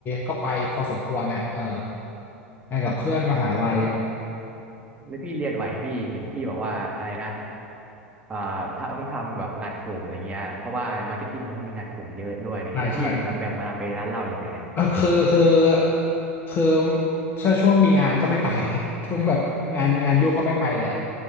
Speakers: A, on the left; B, on the right.
A: ก็ไปพอสมควรน่ะเออไปกับเพื่อนมหาลัย
B: แล้วแล้วพี่เรียนไหวไหมพี่เห็นพี่บอกว่าอะไรนะอ่าถ้าต้องทำแบบงานกลุ่มอะไรเงี้ยเพราะว่ามาร์เก็ตติ้งมันต้องมีงานกลุ่มเยอะด้วยอะไรเงี้ยแล้วพี่แบบแบ่งเวลาไปร้านเหล้ายังไงเนี่ย
A: ใช่ใช่ เออคือคือคือถ้าช่วงมีงานก็ไม่ไป <laughs> ช่วงแบบงานงานยุ่งก็ไม่ไปแล้ว